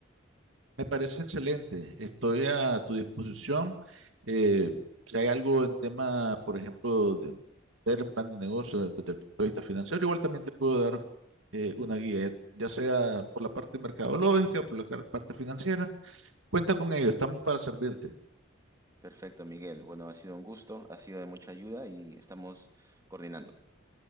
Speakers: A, on the right (about 85°); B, on the right (about 15°).
A: me parece excelente. Estoy a tu disposición. Eh, si hay algo en tema, por ejemplo, de ver un plan de negocio desde el punto de vista financiero, igual también te puedo dar eh, una guía, ya ya sea por la parte mercadológica, por la car- parte financiera. Cuenta con ello, estamos para servirte.
B: Perfecto, Miguel. Bueno, ha sido un gusto, ha sido de mucha ayuda y estamos coordinando.